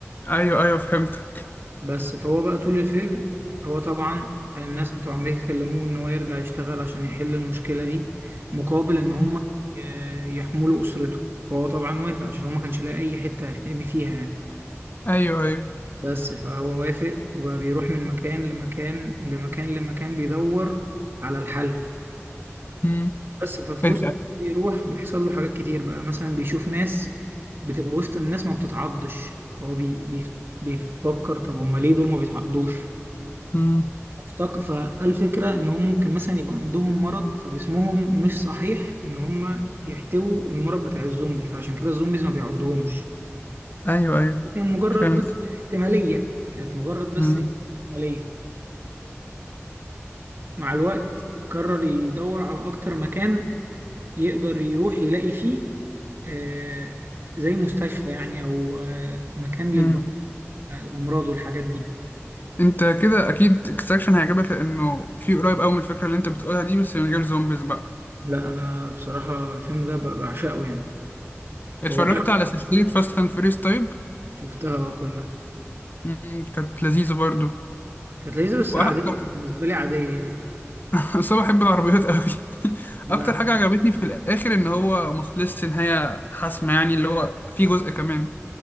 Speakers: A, on the left; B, on the right.
A: ايوه ايوه فهمتك
B: بس فهو بقى طول الفيلم هو طبعا الناس بتوع أمريكا كلموه إن هو يرجع يشتغل عشان يحل المشكلة دي مقابل إن هم
A: مم.
B: آه، يحملوا أسرته فهو طبعا وافق عشان هو ما كانش لاقي أي حتة يحتمي فيها يعني.
A: ايوه ايوه
B: بس فهو وافق وبيروح من مكان لمكان لمكان لمكان بيدور على الحل
A: مم.
B: بس ففي
A: انت
B: وسط بيروح بيحصل له حاجات كتير بقى مثلا بيشوف ناس بتبقى وسط الناس ما بتتعضش فهو بي بي بيفكر طب هما ليه دول ما بيتعضوش
A: مم.
B: افتكر فالفكرة ان هم ممكن مثلا يبقى عندهم مرض فجسمهم مش صحيح ان هم يحتووا المرض بتاع الزومبي فعشان كده الزومبيز ما بيعضهمش
A: ايوه ايوه
B: كان مجرد
A: فهمت
B: بس احتمالية كانت مجرد بس
A: مم.
B: احتمالية مع الوقت قرر يدور على أكتر مكان يقدر يروح يلاقي فيه آه، زي مستشفى يعني أو آه، مكان
A: مم.
B: للأمراض والحاجات دي
A: انت كده اكيد اكستراكشن هيعجبك لانه في قريب قوي من الفكره اللي انت بتقولها دي بس من غير زومبيز بقى
B: لا أنا بصراحة الفيلم ده ب- بعشقه يعني
A: اتفرجت
B: هو أكتر
A: على سلسله فاست اند فيريس طيب
B: شفتها كلها
A: مم، كانت لذيذه برضو
B: كانت لذيذة بس
A: واكتر
B: عادية بالنسبة لي عادية يعني
A: <laughs> بس انا بحب العربيات قوي <laughs>
B: لا
A: اكتر حاجه عجبتني في الاخر ان هو ما خلصش نهايه حاسمه يعني اللي هو في جزء كمان